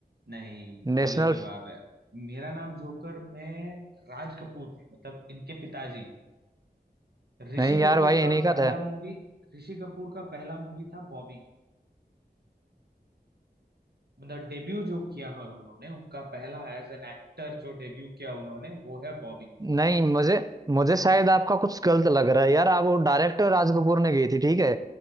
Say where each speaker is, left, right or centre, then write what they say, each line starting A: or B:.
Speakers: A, on the right; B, on the right.
A: नहीं
B: नेशनल
A: गलत जवाब है मेरा नाम जोकर में राज कपूर थे मतलब इनके पिताजी ऋषि
B: नहीं यार
A: कपूर
B: भाई
A: का
B: इन्हीं का
A: पहला
B: था
A: मूवी ऋषि कपूर का पहला मूवी था बॉबी मतलब डेब्यू जो किया है उन्होंने उनका पहला एज एन एक्टर जो डेब्यू किया उन्होंने वो है बॉबी
B: नहीं मुझे मुझे शायद आपका कुछ गलत लग रहा है यार आप वो डायरेक्टर राज कपूर ने गई थी ठीक है